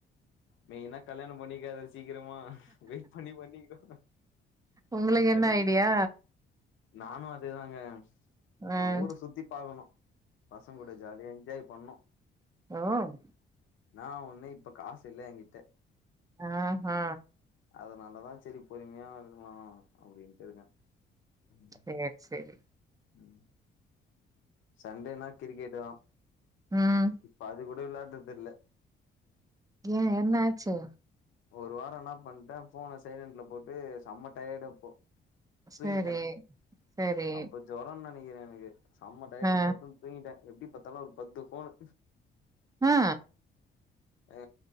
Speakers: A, on the left; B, on the right.
A: மெயினா கல்யாண பண்ணிக்காத சீக்கரமா வெயிட் பண்ணி பண்ணிகோ
B: உங்களுக்கு என்ன
A: எல்
B: ஐடியா?
A: நானு அதேதாங்க
B: அ,
A: நா ஊர சுத்தி பாக்கணு பசங்கூட ஜாலியா என்ஜாய் பண்ணு
B: ம்
A: நா ஒன்னு இப்ப காசு இல்ல என்கிட்ட
B: ம்ஹு
A: அதுனாலதா செரி பொறுமையா இருக்லா அப்டின்ட்டு இருக்க ம்
B: சேர் செரி
A: ம் சண்டேனா கிரிக்கெட்டு தா
B: ம்
A: இப்ப அது கூட விளாடுறதில்ல
B: ஏன் என்ன ஆச்சு
A: ஒரு வாரம் என்ன பண்ட்டே போன சைலன்ட்ல போட்டு செம்ம டயடப்போ தூங்கிட்ட
B: சேரி சேரி
A: அப்ப ஜொரன் நெனைக்கிற எனக்கு செம்ம டையடு
B: ஆ
A: பத்துன் தூங்கிட்ட எப்டி பாத்தாலு ஒரு பத்து ஃபோனு
B: ஆ
A: அ